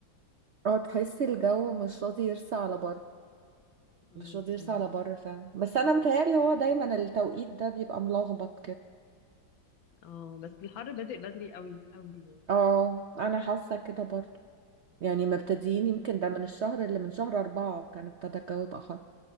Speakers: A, on the right; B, on the left.
A: اه تحس الجو مش راضي يرسى على بر
B: أمم،
A: مش راضي يرسى
B: أمم،
A: على بر
B: أمم.
A: فعلا بس انا متهيألي هو دايما التوقيت ده بيبقى ملخبط كده
B: اه بس الحر بادئ بدري قوي قوي
A: اه انا حاسه كده برضه يعني مبتدئين
B: يعني
A: يمكن ده من الشهر اللي من شهر أربعة وكان ابتدى الجو يبقى حر